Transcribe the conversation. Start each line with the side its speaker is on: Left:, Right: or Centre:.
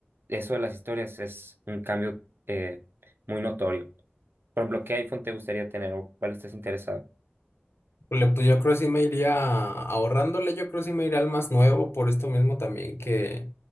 Right: eso de las historias es un cambio eh, muy notorio. Por ejemplo, ¿qué iPhone te gustaría tener o cuál estás interesado?
Left: Pues le- pues yo creo que sí me iría ahorrándole, yo creo que sí me iría al más nuevo, por esto mismo también que